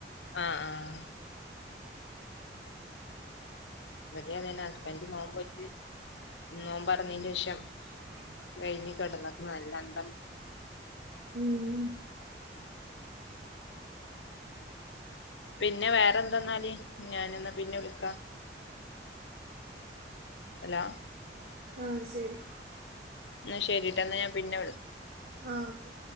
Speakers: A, on the left (about 85°); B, on the right (about 60°).
A: ആ ആഹ് ഇവിടെ അതന്നെ ഹസ്ബൻഡ് നോമ്പോറ്റ് നോമ്പറന്നെന്റെഷം
B: <inaudible>
A: കഴിഞ്ഞ് കിടന്നപ്പ നല്ല അന്തം വിട്ട്.
B: ഊ മ്
A: പിന്നെ വേറെന്തെന്നാല് ഞാന് ന്നാ പിന്നെ വിളികാം ഹലോ
B: ആ സെരി
A: ഇ ന്ന ശരീട്ടാ ന്നാ ഞാ പിന്ന വിള
B: ആഹ് ഓക്കെ